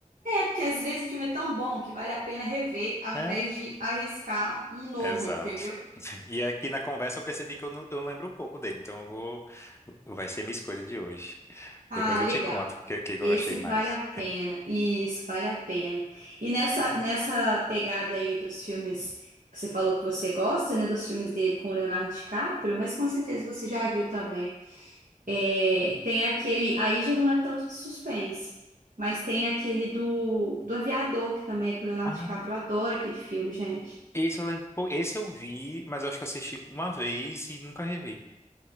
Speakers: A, on the right (about 75°); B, on the left (about 20°).
A: Porque às vezes o filme é tão bom que vale a pena rever ao
B: É.
A: invés de arriscar um novo,
B: Exato.
A: entendeu?
B: <laughs> E aqui na conversa eu percebi que eu, não- eu lembro um pouco dele, então eu vou, vai ser minha escolha de hoje.
A: Ah,
B: Depois eu
A: legal.
B: te conto o que, que
A: Esse
B: eu achei mais.
A: vale a pena. Isso, vale a pena. E nessa, nessa pegada aí dos filmes que você falou que você gosta, né? Dos filmes dele com o Leonardo DiCaprio, mas com certeza você já viu também. É, tem aquele. Aí já não é tanto de suspense, mas tem aquele do, do Aviador, que também é com o Leonardo
B: Ah,
A: DiCaprio. Eu adoro aquele filme, gente.
B: esse eu lembro, pou- esse eu vi, mas eu acho que eu assisti uma vez e nunca revi.